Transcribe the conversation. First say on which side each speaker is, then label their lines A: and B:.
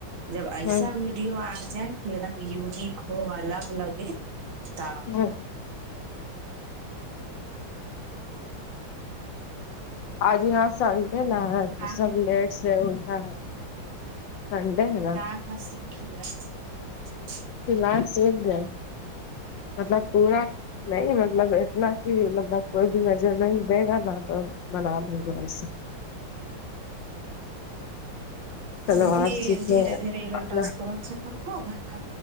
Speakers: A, on the right; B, on the left.
A: جب ایسا
B: ہے ہمم
A: بھی ڈیو آ جائے کہ ایک دم یونک ہو الگ لگے ت
B: جی آج یہاں سنڈے نہا ہے
A: کا
B: تو سب لیٹ سے اٹھا ہے سڈ ہے نا
A: کا کا سھیا <inaudible>
B: ف لس و گ مطلب پورا نہیں مطلب اتنا کہ مطلب کوئی بھی نظر نہیں دے گا نہ تو بنا دوں گو اس سے
A: اور
B: سلوار
A: ہم بھی
B: سیکھے
A: دھیرے دھیرے لٹاس
B: آنا۔
A: ک ختم ہوگا نا